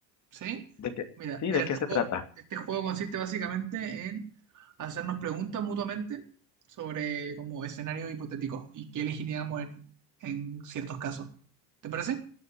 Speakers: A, on the right; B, on the left.
A: ¿Sí?
B: ¿de qué?
A: Mira,
B: Sí,
A: mira,
B: ¿de
A: este
B: qué
A: juego,
B: se trata?
A: este juego consiste básicamente en hacernos preguntas mutuamente sobre como escenarios hipotéticos y qué elegiríamos en, en ciertos casos. ¿Te parece?